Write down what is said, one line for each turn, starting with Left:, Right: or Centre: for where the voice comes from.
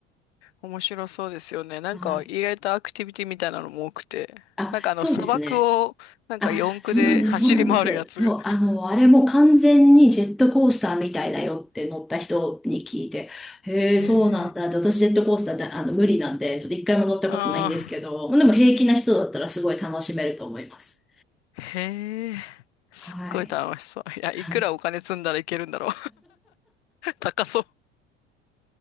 Left: 面白そうですよね。なんか意外とアクティビティみたいなのも多くて。
Centre: はい。あ、
Left: なんかあの砂漠をなんか四駆で走り回るやつ。
Centre: そうですね。あ、そうなんです、そうなんです。そう、あの、あれも完全にジェットコースターみたいだよって乗った人に聞いて、へえ、
Left: へえ、
Centre: そうなんだって。私ジェットコースターで、あの、無理なんで、ちょっと一回も乗ったことないんですけど、
Left: ああ。
Centre: でも平気な人だったらすごい楽しめると思います。
Left: へえ、すっごい楽しそう。
Centre: はい。
Left: いや、
Centre: <laughs>
Left: いくらお金積んだらいけるんだろう。<laughs> 高そ